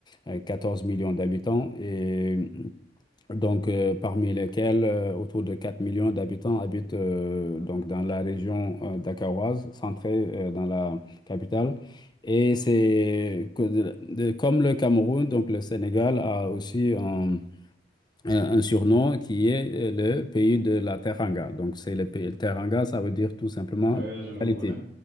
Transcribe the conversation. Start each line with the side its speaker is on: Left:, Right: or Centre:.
Left: à 14 millions d'habitants et donc euh, parmi lesquels euh, autour de 4 millions d'habitants habitent euh, donc dans la région euh, dakaroise, centrée euh, dans la capitale. Et c'est que de- de- comme le Cameroun, donc le Sénégal a aussi un, un- un surnom qui est euh, le pays de la Teranga. Donc c'est le pays, Teranga, ça veut dire tout simplement
Right: ouais, je le
Left: localité.
Right: connais.